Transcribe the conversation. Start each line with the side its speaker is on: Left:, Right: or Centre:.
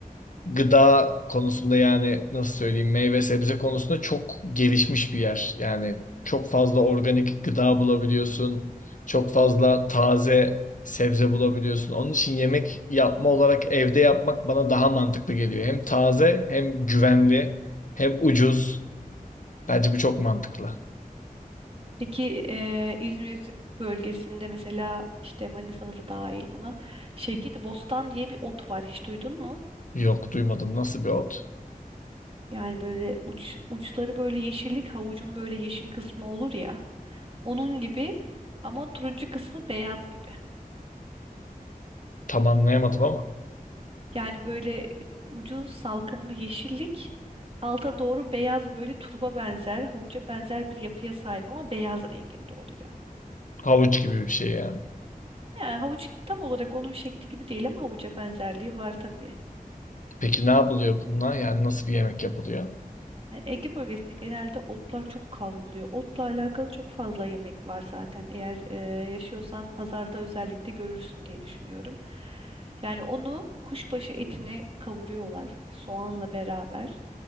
Left: gıda konusunda yani nasıl söyleyeyim meyve sebze konusunda çok gelişmiş bir yer. Yani çok fazla organik gıda bulabiliyorsun. Çok fazla taze sebze bulabiliyorsun. Onun için yemek yapma olarak evde yapmak bana daha mantıklı geliyor. Hem taze hem güvenli hem ucuz. Bence bu çok mantıklı.
Right: Peki eee, İzmir bölgesinde mesela işte Manisa'da da dahil buna Şevketi Bostan diye bir ot var. Hiç duydun mu?
Left: Yok duymadım. Nasıl bir ot?
Right: Yani böyle uç, uçları böyle yeşillik, havucun böyle yeşil kısmı olur ya. Onun gibi ama turuncu kısmı beyaz gibi.
Left: Tam anlayamadım ama
Right: Yani böyle ucu salkımlı yeşillik, alta doğru beyaz böyle turba benzer, havuca benzer bir yapıya sahip ama beyaz renginde oluyor.
Left: havuç gibi bir şey yani.
Right: Yani havuç tam olarak onun şekli gibi değil ama havuca benzerliği var tabii.
Left: Peki ne yapılıyor bununla? Yani nasıl bir yemek yapılıyor?
Right: Yani Ege bölgesinde genelde otlar çok kavruluyor. Otla alakalı çok fazla yemek var zaten. Eğer e, yaşıyorsan pazarda özellikle görürsün diye düşünüyorum. Yani onu kuşbaşı etini kavuruyorlar soğanla beraber.